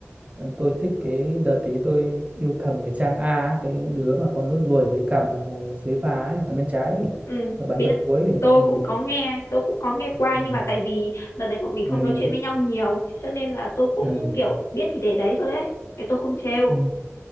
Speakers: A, on the right; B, on the left.
A: Vâng, tôi thích cái đợt tí tôi yêu thầm cái Trang A á, cái đứa mà con nốt ruồi dưới cằm mà ngồi dưới vai ấy, ở bên trái ấy,
B: ừ
A: ở bàn
B: biết
A: gần cuối ấy.
B: tôi
A: Ừ.
B: cũng có nghe tôi cũng có nghe qua
A: Ừ.
B: nhưng mà tại vì đợt đấy bọn mình không
A: Ừ.
B: nói chuyện với nhau nhiều cho nên là tôi cũng
A: Ừ.
B: kiểu biết thì để đấy thôi ấy để tôi không trêu
A: Ừ.